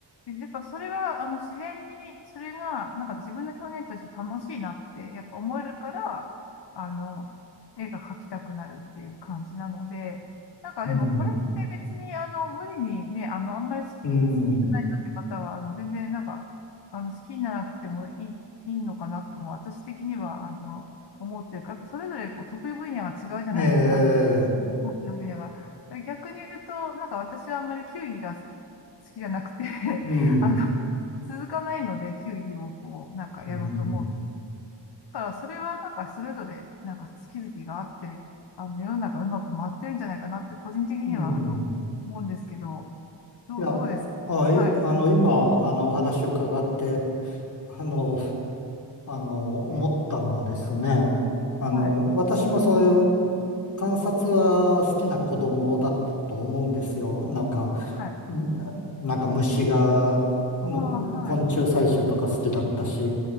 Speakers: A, on the left; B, on the left.
A: で、やっぱそれは、あの、自然に、それが、なんか自分の表現として楽しいなって、やっぱ思えるから、あの、絵が描きたくなるっていう感じなので、なんかでもこれって別に、
B: うん。
A: あの、無理にね、あの、あんまり好
B: うん。
A: きじゃないなって方は、あの、全然なんか、あの、好きにならなくてもいい、いいのかなとも、私的には、あの、思うというか、やっぱそれぞれこう得意分野が違うじゃないですか。
B: ええ、
A: <laughs> 得意分野が。逆に言うと、なんか私はあんまり球技が好好きじゃなくて
B: うん、
A: あの続かないので球技をこうなんかやろうとも
B: うん、
A: だからそれはなんかそれぞれなんか好き好きがあってあの世の中うまく回ってるんじゃないかなって個人的にはあの思うんですけど
B: うん。
A: どうどうですはい
B: いや、あ、あいあの、今、あの、お話を伺って、あの、あの、思ったのはですね、あの、
A: はい
B: 私もそういう観察は好きな子供だったと思うんですよ。なんか、
A: はい
B: うんなんか虫が、の昆虫採集とか好きだったし、
A: あはい